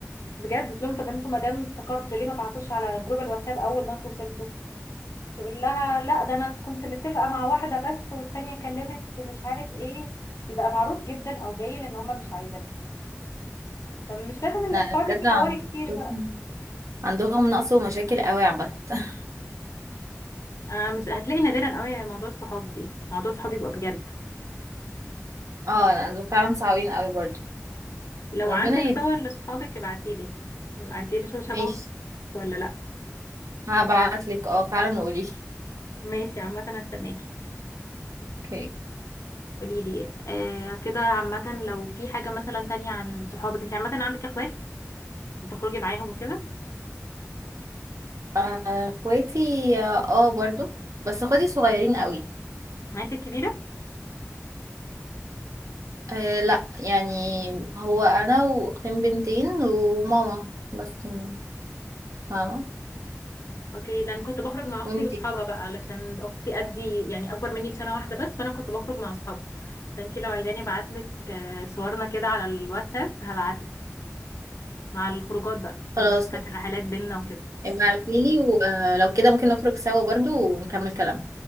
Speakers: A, on the left; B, on the right.
A: بجد قلت لهم طب انتوا ما دام افتكرتوا ليه ما بعتوش على جروب الواتساب اول ما انتوا وصلتوا تقول لها لا ده انا كنت متفقه مع واحده بس والتانيه كلمت مش عارف ايه يبقى معروف جدا او باين ان هما مش عايزينها طب مش لازم انك
B: لا
A: تقعدي
B: بجد
A: تحوري
B: عندهم
A: كتير بقى
B: عندهم نقص ومشاكل قوي عامه <laughs>
A: آه مش هتلاقي نادرا قوي موضوع الصحاب دي موضوع الصحاب يبقى بجد
B: اه لا دول فعلا صعبين قوي برضو
A: لو
B: ربنا
A: عندك
B: يهدي
A: صور لصحابك ابعتيلي ابعتيلي شوف شبهك
B: ماشي
A: ولا لا
B: هبعتلك اه فعلا وقوليلي
A: ماشي عامة هستناكي
B: اوكي
A: قوليلي آه كده عامة لو في حاجة مثلا تانية عن صحابك انت عامة عندك اخوات بتخرجي معاهم وكده
B: آه، اخواتي اه برضو بس اخواتي صغيرين قوي
A: معاكي الكبيرة
B: آه لا يعني هو انا واختين بنتين وماما بس يعني، فاهمة
A: اوكي لان كنت بخرج مع اختي
B: وانتي
A: واصحابها بقى علشان اختي قدي يعني اكبر مني بسنة واحدة بس فانا كنت بخرج مع اصحابها فانتي لو عايزاني ابعتلك آه، صورنا كده على الواتساب هبعتلك مع الخروجات بقى الخروجات
B: خلاص
A: بتاعت
B: ماشي
A: الرحلات بينا وكده
B: ابقى ابعتيلي ولو كده ممكن نخرج سوا برضو ونكمل كلامنا